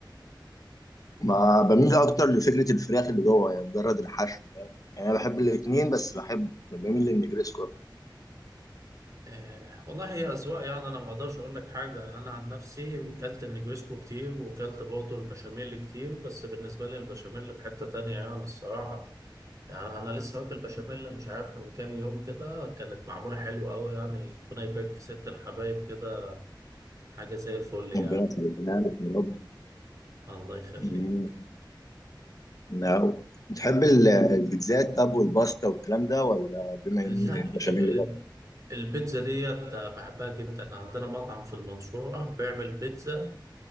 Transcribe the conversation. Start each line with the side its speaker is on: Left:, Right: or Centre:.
Left: ما بميل اكتر لفكره الفراخ اللي جوه يعني مجرد الحشو فاهم؟ يعني انا بحب الاثنين بس بحب بميل للنجريسكو اكتر
Right: آه والله هي اذواق يعني انا ما اقدرش اقول لك حاجه انا عن نفسي كلت النجريسكو كتير وكلت برضه البشاميل كتير بس بالنسبه لي البشاميل في حته تانية يعني الصراحه يعني انا لسه واكل بشاميل مش عارف من كام يوم كده كانت معموله حلوه قوي يعني ربنا يبارك في ست الحبايب كده حاجة زي الفل يعني
Left: ربنا يخلينا لك يا
Right: الله يخليك
Left: رب نعم بتحب ال- البيتزات طب والباستا والكلام ده ولا بما
Right: لا
Left: ان البشاميل
Right: ال-
Left: ده
Right: البيتزا ديت بحبها جدا عندنا مطعم في المنصورة بيعمل بيتزا